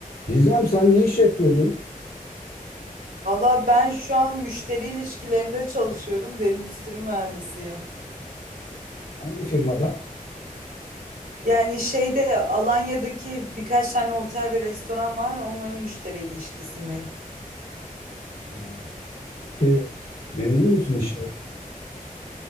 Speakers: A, on the left; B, on the right.
A: Gizem sen ne iş yapıyordun?
B: Valla ben şu an müşteri ilişkilerinde çalışıyorum da endüstri mühendisiyim.
A: Hangi firmada?
B: Yani şeyde Alanya'daki birkaç tane otel ve restoran var. Onların müşteri ilişkisindeyim.
A: Ha, Peki memnun musun işten?